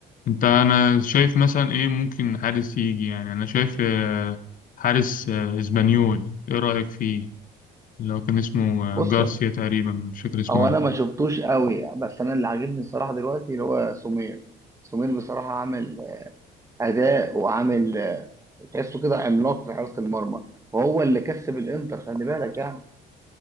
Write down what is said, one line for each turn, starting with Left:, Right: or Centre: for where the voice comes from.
Left: انت انا شايف مثلا ايه ممكن حارس يجي يعني انا شايف آه، حارس آه، اسبانيول ايه رأيك فيه لو كان اسمه
Right: بص
Left: آه، جارسيا تقريبا مش فاكر اسمه
Right: هو انا
Left: ايه
Right: ما شفتوش قوي بس انا اللي عاجبني الصراحه دلوقتي اللي هو سمير سمير بصراحه عامل اداء وعامل تحسه كده عملاق في حراسه المرمى وهو اللي كسب الانتر خلي بالك يعني